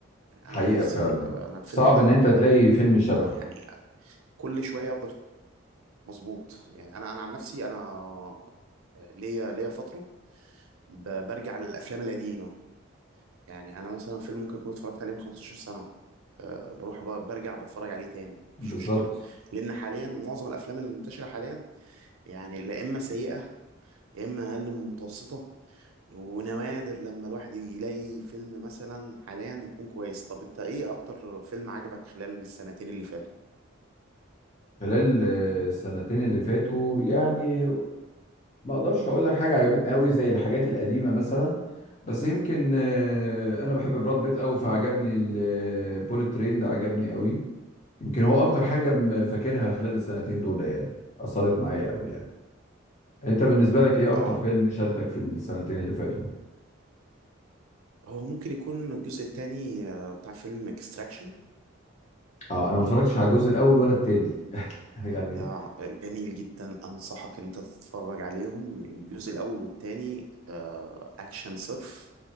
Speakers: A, on the right (about 85°); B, on the left (about 35°).
A: يعني
B: حقيقة
A: انا عن نفسي
B: فعلا
A: آه، انا الفيلم
B: صعب
A: ده
B: ان انت تلاقي
A: ممكن
B: فيلم شبهه
A: يعني كل شوية افضل مظبوط يعني انا انا عن نفسي انا آه، ليا ليا فترة ب- برجع للافلام القديمة يعني انا مثلا فيلم ممكن اكون اتفرجت عليه من 15 سنه أه بروح ب- برجع بتفرج عليه تاني
B: بالظبط
A: مفيش مشكله لان حاليا معظم الافلام اللي منتشره حاليا يعني لا اما سيئه يا اما اقل من متوسطه ونوادر لما الواحد يلاقي فيلم مثلا حاليا يكون كويس طب انت ايه اكتر فيلم عجبك خلال السنتين اللي فاتوا
B: خلال آه، السنتين اللي فاتوا يعني ما اقدرش اقول لك حاجة عجبتني قوي زي الحاجات القديمة مثلا بس يمكن آه، انا بحب براد بيت قوي فعجبني
A: مم.
B: البوليت ترين ده عجبني قوي يمكن هو اكتر حاجه م- فاكرها خلال
A: مم.
B: السنتين دول يعني اثرت معايا قوي يعني انت بالنسبه لك ايه اكتر
A: اه
B: فيلم شدك في السنتين اللي فاتوا
A: هو ممكن يكون الجزء الثاني بتاع فيلم اكستراكشن
B: اه انا ما اتفرجتش على الجزء الاول ولا التاني <laughs> يعني
A: لا جميل جدا انصحك ان انت تتفرج عليهم الجزء الاول والتاني آه، اكشن صرف